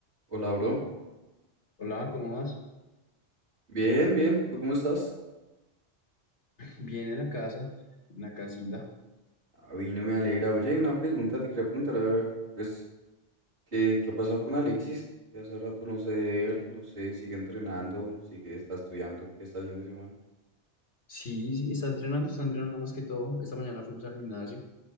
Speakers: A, on the right; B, on the left.
A: Hola, bro.
B: Hola, ¿cómo vas?
A: Bien, bien. ¿Tú cómo estás?
B: Bien en la casa, en la casita.
A: A mí no me alegra. Oye, una pregunta. Te quería preguntar, a ver, pues, ¿qué, qué ha pasado con Alexis? Que hace rato no sé de él. No sé, sigue entrenando, sigue, está estudiando. ¿Qué está haciendo ese man?
B: Sí, sí, está entrenando, está entrenando más que todo. Esta mañana fuimos al gimnasio